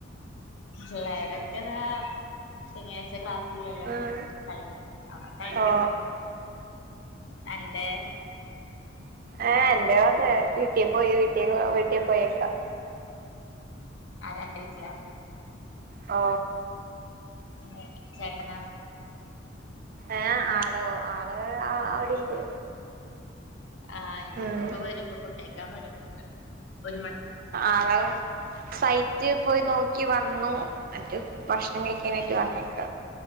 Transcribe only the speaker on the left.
പിള്ളേര്ക്കതാ ശനിയാഴ്ച ക്ലാസ്സല്ലല്ലോ
കളിക്ക അവിട കളിക്കുമ്പ
അണ്ടേ
ആ രണ്ട് വീട്ടില
എ ചെക്കനാ
ആ യിക്ക
ഇപ്പ വരും ഇപ്പം ഫുഡ് കഴക്കാൻ വരും ഒരു മ